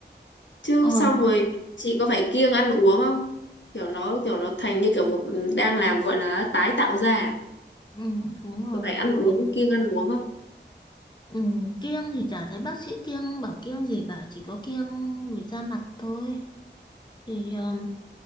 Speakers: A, on the left; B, on the left.
A: Chứ
B: Ờ,
A: xong rồi chị có phải kiêng ăn uống không? Kiểu nó kiểu nó thành như kiểu một ừ, đang làm gọi là tái tạo ra à?
B: ừ, đúng rồi.
A: Có phải ăn
B: Có
A: uống kiêng ăn uống không?
B: ừ, kiêng thì chả thấy bác sĩ kiêng bảo kiêng gì cả. Chỉ có kiêng về da mặt thôi. Thì ờm,